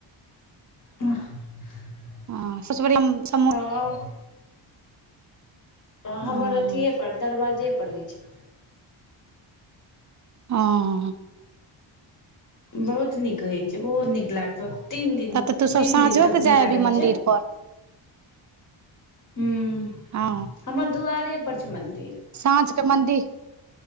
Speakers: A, on the left; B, on the right.
A: तऽ <inaudible>
B: हँ सबस बढियाँ म
A: तब
B: हँ
A: हमर अथिए पर दरवाजे पर होइ छै
B: हँ
A: बहुत नीक होैइ छै। ओहो नीक लागतौ। तीन दिन,
B: तब तऽ तू सब
A: तीन
B: साँझो
A: दिन तक
B: के जाय
A: मेला
B: अबही
A: रहै
B: मंदिर
A: छै।
B: पर
A: हुँ
B: हँ
A: हमर दुआरे पर छै मन्दिर।
B: साँझ के मन्दिर